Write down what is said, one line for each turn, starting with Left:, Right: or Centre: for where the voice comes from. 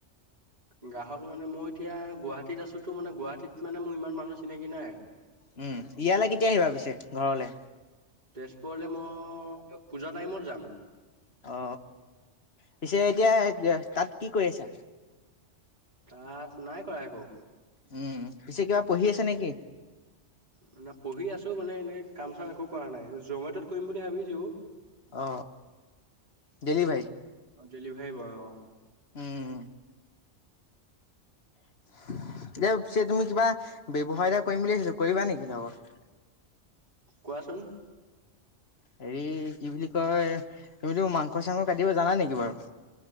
Right: গ্ৰাহক মানে মই এতিয়া গুৱাহাটীত আছোতো মানে গুৱাহাটীত মানে মোৰ ইমান মানুহ চিনাকি নাই।
Left: উম ইয়ালৈ কেতিয়া আহিবা পিছে ঘৰলে
Right: তেজপুৰলে মই পূজা টাইমত যাম
Left: অ, পিছে এতিয়া তাত কি কৰি আছা?
Right: তাত নাই কৰা একো।
Left: উম, পিছে কিবা পঢ়ি আছে নেকি?
Right: মানে পঢ়ি আছো মানে এনেকে কাম চাম একো কৰা নাই, জমেটোত কৰিম বুলি ভাবিছো।
Left: অ ডেলিভাৰীত
Right: অ ডেলিভাৰী বয় অৱ
Left: উম <unintelligible> তুমি কিবা ব্যৱসায় এটা কৰিম বুলি ভিছিলো কৰিবা নেকি লগত?
Right: কোৱাচোন।
Left: হেৰি কি বুলি কয় তুমিতো মাংস চাংস কাটিব জানা নেকি বাৰু